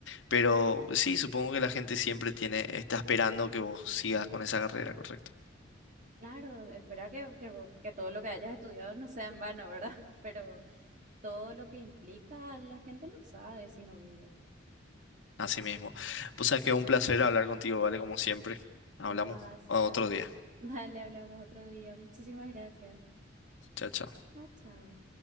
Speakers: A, on the left; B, on the right.
A: Pero sí, supongo que la gente siempre tiene, está esperando que vos sigas con esa carrera, correcto.
B: Claro, espera que, que, vo- que todo lo que hayas estudiado no sea en vano, ¿verdad? <laughs> Pero todo lo que implica, la gente no sabe si no vive.
A: Así mismo. Pues sabes que es un placer hablar contigo, ¿vale? Como siempre. Hablamos
B: Gracias.
A: otro día.
B: Dale, hablamos otro día. Muchísimas gracias.
A: Chao, chao.
B: Ah, chao.